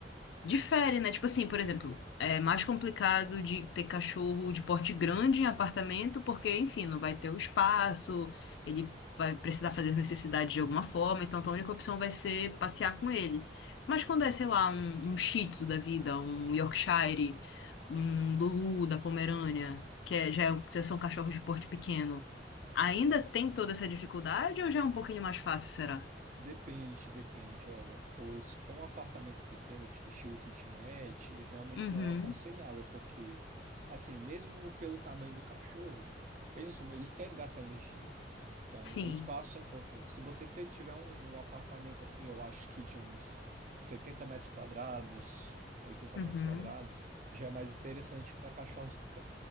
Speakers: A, on the left; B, on the right.
A: Difere, né? Tipo assim, por exemplo, é mais complicado de ter cachorro de porte grande em apartamento, porque, enfim, não vai ter o espaço, ele vai precisar fazer as necessidades de alguma forma, então a única
B: Sim.
A: opção vai ser passear com ele. Mas quando é, sei lá, um, um Shih Tzu da vida, um Yorkshire, um Lulu da Pomerânia, que é- já, é, já são cachorros de porte pequeno, ainda tem toda essa dificuldade ou já é um pouquinho mais fácil, será?
B: Depende, depende, olha. Ou se for um apartamento pequeno, ti- estilo kitnet, realmente
A: Uhum,
B: não é aconselhável, porque, assim, mesmo pelo tamanho do cachorro, eles, eles querem gastar energia. Então,
A: sim.
B: o espaço é importante. Se você te- tiver um, um apartamento assim, eu acho que de uns 70 metros quadrados, 80
A: Uhum.
B: metros quadrados, já é mais interessante para cachorros. ca-